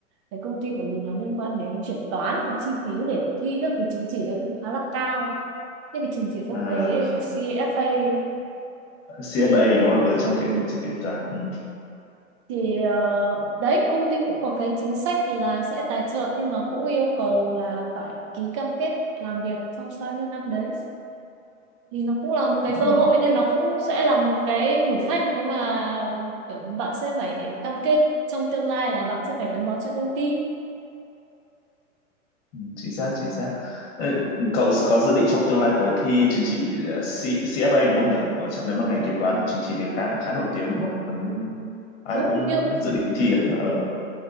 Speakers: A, on the right; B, on the left.
A: cái công ty của mình nó liên quan đến chuyển toán và chi phí để thi các cái chứng chỉ đấy cũng khá là cao những cái chứng chỉ quốc
B: À,
A: tế cả CFA ấy,
B: CFA
A: thì
B: đúng không ở trong kế
A: ừ,
B: trong kế toán ừ.
A: thì ờ, đấy công ty cũng có cái chính sách là sẽ tài trợ nhưng mà cũng yêu cầu là phải ký cam kết làm việc trong bao nhiêu năm đấy thì nó cũng là một cái
B: Ờ,
A: cơ hội nhưng nó cũng sẽ là một cái thử thách nếu mà kiểu bạn sẽ phải cam kết trong tương lai là bạn sẽ phải gắn bó cho công ty
B: Ừ, chính xác chính xác Ờ, cậu có dự định trong tương lai tới thi chứng chỉ ờ, C, CFA đúng không nhỉ ở trong nếu mà ngành kế toán thì chứng chỉ đấy khá khá nổi tiếng đúng không còn như ai
A: đúng
B: cũng
A: như
B: dự định thi à ờ.